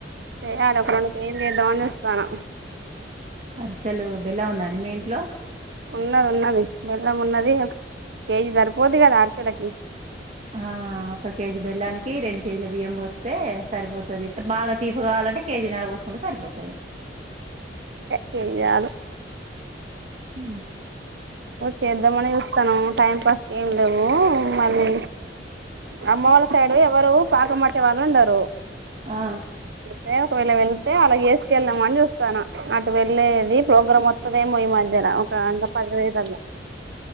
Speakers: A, on the right; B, on the right.
A: చెయ్యలే ఒక రెండు కేజీలు చేద్దాం అని చూస్తానా
B: అరిషలు బెలం ఉందా అండి మీ ఇంట్లో
A: ఉన్నది ఉన్నది బెల్లం ఉన్నది కేజీ సరిపోది కదా అరిషెలకి
B: ఆ ఒక కేజీ బెల్లానికి రెండు కేజీల బియ్యం పోస్తే సరిపోతది బాగా తీపు కావాలంటే కేజీ నర పోసుకుంటే సరిపోతది
A: కేజి యాలు
B: ఊ
A: చేద్దామని చూస్తాను టైం కి ఎందుకు మళ్ళీ అమ్మ వాళ్ళ సైడు ఎవరు పాకం బట్టే వాళ్ళు ఉండరు
B: ఆ
A: తే ఒకవేళ వెళతే అలా ఎస్ కెళ్దాం అని చూస్తాను అటు వెళ్ళలేది ప్రోగ్రామ్ వస్తుదేమో ఈ మధ్య ఒక అంట పది ఇరవై సల్ల